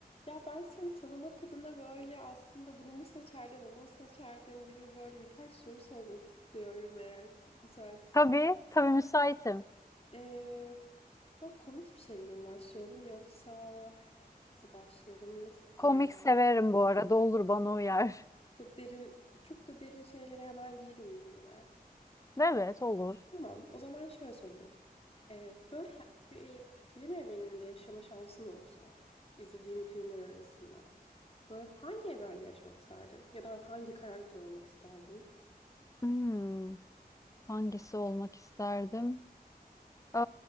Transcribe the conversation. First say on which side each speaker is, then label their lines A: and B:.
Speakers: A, on the left; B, on the left.
A: Ya ben seni tanımak adına böyle aslında bunu mu seçerdin, onu mu seçerdin gibi böyle birkaç soru sormak istiyorum eğer müsaitsen.
B: Tabii, tabii müsaitim.
A: Ee, böyle komik bir şeyle mi başlayalım yoksa nasıl başlayalım, nasıl istersin?
B: Komik severim bu arada. Olur bana uyar.
A: Çok derin, çok da derin şeylere hemen girmeyeyim gibi.
B: <laughs> Evet, olur.
A: Tamam, o zaman şöyle sorayım. Ee, böyle he- bir film evreninde yaşama şansın olsa, izlediğim filmler arasında. Böyle hangi evrende yaşamak isterdin? Ya da hangi karakter olmak isterdin?
B: Hmm, hangisi olmak isterdim? Eee,